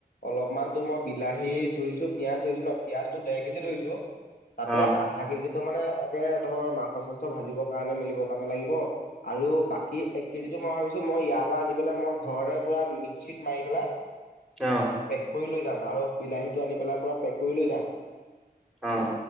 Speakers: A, on the left (about 60°); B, in the centre.
A: অলপমানতো মই বিলাহী ধৰিছো পিয়াজ ধৰিছো ন পিয়াজটো দেৰ কেজি ধৰিছো। তাতে
B: অ',
A: আধা কেজিত। তোৰ মানে এনেকে ধৰ মাংস-চাংস ভাজিবৰ কাৰণে মিলিবৰ কাৰণে লাগিব আৰু বাকী এক কেজিটো মই ভাবিছো মই ইয়াৰ পৰা আনিম। এইবিলাক মই ঘৰৰে পৰা মিক্সিত মাৰি পেলাই
B: অ',
A: পেক কৰি লৈ যাম আৰু বিলাহীটো আনি পেলাই পুৰা পেক কৰি লৈ যাম।
B: অঁ